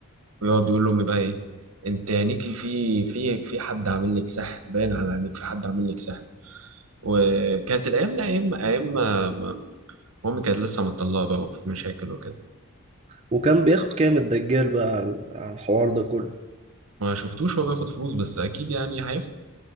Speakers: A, on the right; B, on the right.
A: ويقعد يقول لامي بقى ايه انت عينيكي في في في حد عامل لك سحر باين على عينيك في حد عامل لك سحر وكانت الايام دي ايام ايام ما ما- مامي كانت لسه مطلقه بقى وفي مشاكل وكده
B: وكان بياخد كام الدجال بقى على على الحوار ده كله
A: ما شفتوش هو بياخد فلوس بس اكيد يعني هياخد